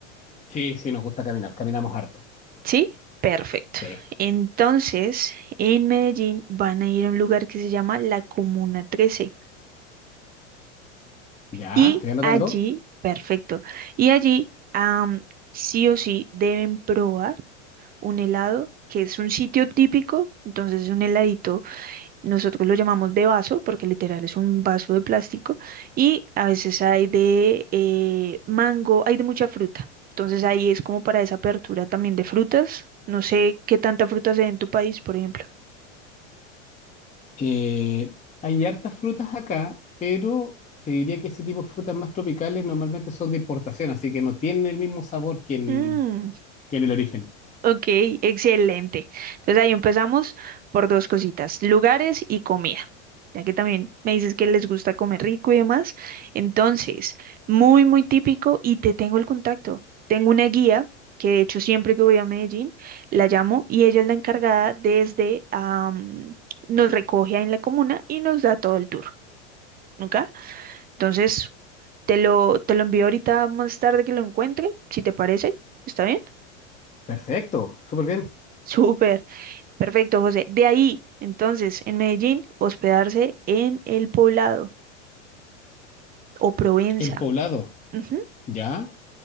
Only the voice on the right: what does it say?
¿Sí? Perfecto.
Entonces, en Medellín van a ir a un lugar que se llama la Comuna 13
y
allí, perfecto, y allí am, sí o sí deben probar un helado que es un sitio típico, entonces un heladito Nosotros lo llamamos de vaso porque literal es un vaso de plástico y a veces hay de eh, mango, hay de mucha fruta. Entonces ahí es como para esa apertura también de frutas. No sé qué tanta fruta se ve en tu país, por ejemplo.
Mm,
Ok, excelente. Entonces ahí empezamos por dos cositas, lugares y comida, ya que también me dices que les gusta comer rico y demás. Entonces, muy, muy típico y te tengo el contacto. Tengo una guía que de hecho siempre que voy a Medellín la llamo y ella es la encargada desde, am, nos recoge ahí en la comuna y nos da todo el tour, ¿ok? Entonces, te lo, te lo envío ahorita más tarde que lo encuentre, si te parece. ¿Está bien?
<laughs> Súper. Perfecto, José. De ahí, entonces, en Medellín, hospedarse en El Poblado o Provenza.
Ujú,